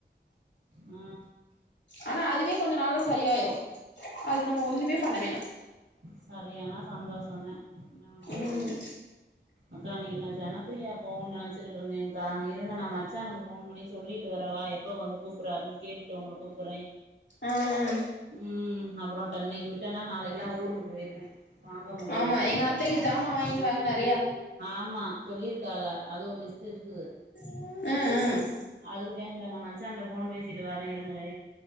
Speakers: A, on the right; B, on the left.
A: ஆ
B: ஆனா அதுவே கொஞ்ச நாள்ல சரியாயிரு அதுக்கு நம்ம ஒண்ணுமே பண்ண வேணா
A: சரியான சந்தோஷந்தே என்ன பண்றது
B: ம்
A: அக்கா இன்னைக்கி நா ஜனப்ரியா போவோன்னு நெனைச்சிக்கிட்ருந்தேக்கா இருங்க நா மச்சானுக்கு ஃபோன் பண்ணி சொல்லிட்டு வரவா எப்ப வந்து கூப்புர்றாருன்னு கேட்டுட்டு உங்கள கூப்புர்றே
B: ஆ
A: ம் அப்புற ட இன்னைக்கு விட்டேன்னா நாளைக்குலா ஊருக்கு போயிருவே வாங்க முடியாது
B: ஆமா எங்க அத்தைக்கு ஜாமா வாங்கிட்டு வாங்க நெறையா
A: ஆமா சொல்லிருக்காக அது ஒரு லிஸ்ட்டு இருக்குது
B: ம் ம்
A: அதுக்குத்தே இந்தா நா மச்சான்ட ஃபோன் பேசிட்டு வரே இருங்களே